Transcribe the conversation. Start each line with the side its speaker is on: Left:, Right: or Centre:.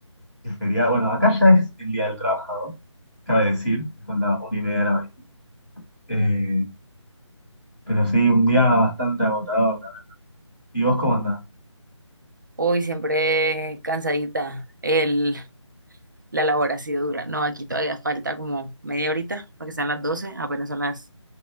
Centre: es feriado. Bueno, acá ya es el Día del Trabajador, cabe decir, que son las una y media de la mañana. Eh, pero sí, un día bastante agotador. la- ¿Y vos cómo andás?
Right: Hoy siempre cansadita. El, la labor ha sido dura. No, aquí todavía falta como media horita para que sean las 12. apenas son las